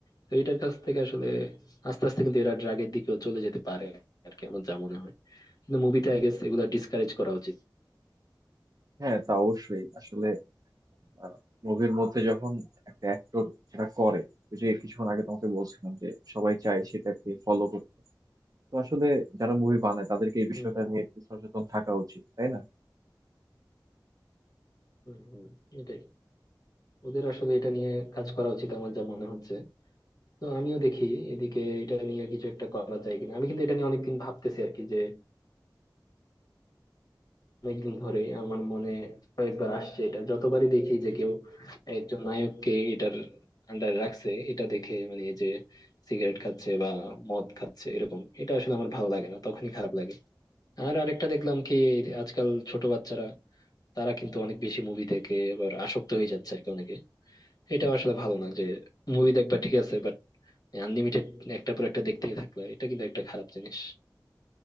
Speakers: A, on the left; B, on the right.
A: তো এটার কাছ থেকে আসলে আস্তে আস্তে কিন্তু এরা ড্রাগের দিকেও চলে যেতে পারে আর কি আমার যা মনে হয় কিন্তু মুভিতে আই গেস এগুলা ডিসকারেজ করা উচিত
B: হ্যাঁ তা অবশ্যই আসলে আহ, মুভির মধ্যে যখন একটা অ্যাক্টর সেটা করে ওই যে কিছুক্ষণ আগে তোমাকে বলছিলাম যে সবাই চায় সেটাকে ফলো করতে তো আসলে যারা মুভি বানায় তাদেরকে এই বিষয়টা
A: হুম হুম
B: নিয়ে একটু সচেতন থাকা উচিত তাই না
A: হুম হুম, এটাই ওদের আসলে এটা নিয়ে কাজ করা উচিত আমার যা মনে হচ্ছে তো আমিও দেখি এদিকে এটা নিয়ে কিছু একটা করা যায় কিনা আমি কিন্তু এটা নিয়ে অনেকদিন ভাবতেছি আর কি যে অনেকদিন ধরে আমার মনে কয়েকবার আসছে এটা যতবারই দেখি যে কেউ একজন নায়ককে এটার আন্ডারে রাখছে এটা দেখে মানে এই যে সিগারেট খাচ্ছে বা মদ খাচ্ছে এরকম এটা আসলে আমার ভালো লাগে না তখনই খারাপ লাগে আর আরেকটা দেখলাম কি আজকাল ছোট বাচ্চারা তারা কিন্তু অনেক বেশি মুভি দেখে এবার আসক্ত হয়ে যাচ্ছে আর কি অনেকে এটা আসলে ভালো না যে মুভি দেখবা ঠিক আছে বাট আনলিমিটেড একটা পর একটা দেখতেই থাকলা এটা কিন্তু একটা খারাপ জিনিস